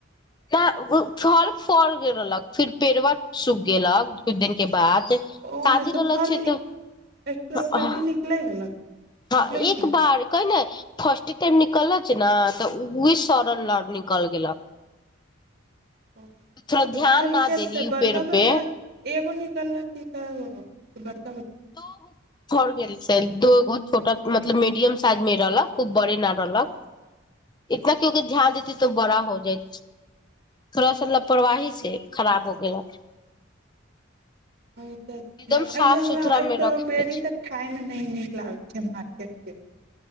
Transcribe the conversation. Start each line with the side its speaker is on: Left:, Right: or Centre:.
Left: तऽ उऽ फल फड़ गेल रहलक फिर पेड़वा सूख गेलक कुछ दिन के बाद शादी
Right: ओहिमे से
Left: रहलक
Right: फल
Left: छै तऽ
Right: स्ट्रॉबेरी
Left: <unintelligible>
Right: निकलै रहलक
Left: हँ
Right: निकलै छलक
Left: एक बार कै न फर्स्ट टाइम निकल लच न तऽ उहे सरल लऽ निकल गेलक
Right: तऽ
Left: थोड़ा ध्यान
Right: फल
Left: न
Right: केे
Left: देली
Right: त
Left: उ
Right: बड़का
Left: पेड़ पे
Right: बड़का एगो निकल लक की कै गो हइ की बड़का बड़का
Left: दो गो फड़ गेल छै दूगो छोटा मतलब मीडियम साइज मे रहलक खूब बड़े न रहलक इतना क्यो के ध्यान देती तो बड़ा हो जाइ थोड़ा सा लापरवाही से खराब हो गेलड
Right: <unintelligible> एहिसँ
Left: एकदम साफ
Right: हमरा
Left: सुथरा मे
Right: स्ट्रॉबेरी
Left: रखे के छै
Right: तऽ खाइमे नइ नीक लागै छै मार्केटके